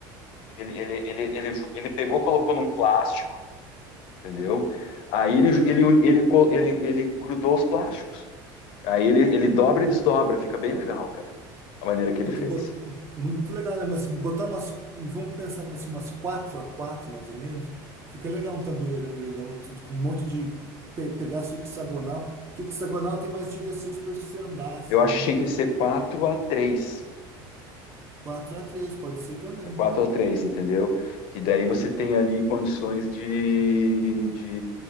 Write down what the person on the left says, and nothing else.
Ele, ele, ele, ele, ju- ele pegou, colocou num plástico, entendeu? Aí
ele, ele, ele, co- ele, ele grudou os plásticos. Aí ele, ele dobra e desdobra, fica bem legal, cara, a maneira que
ele fez.
Eu acho
que tinha que ser quatro a três
4 a 3, entendeu? Que daí você tem ali condições de, de...